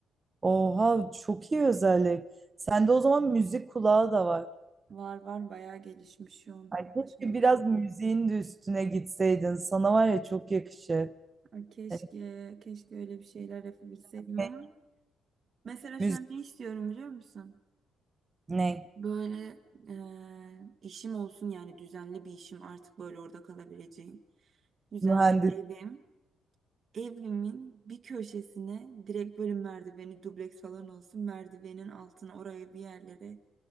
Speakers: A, on the right; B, on the right.
A: Oha çok iyi özellik. Sende o zaman müzik kulağı da var.
B: Var var bayağı gelişmiş şu an.
A: Ay, keşke
B: Maşallah.
A: biraz müziğin de üstüne gitseydin. Sana var ya çok yakışır.
B: Ay Keşke,
A: Yani
B: keşke öyle bir şeyler yapabilseydim
A: ne,
B: ama mesela şu
A: müzik
B: an ne istiyorum biliyor musun?
A: ne?
B: Böyle eee, işim olsun yani düzenli bir işim artık böyle orada kalabileceğim. Güzel
A: Mühendis
B: bir evim. Evimin bir köşesine direkt böyle merdiveni dubleks falan olsun. Merdivenin altına oraya bir yerlere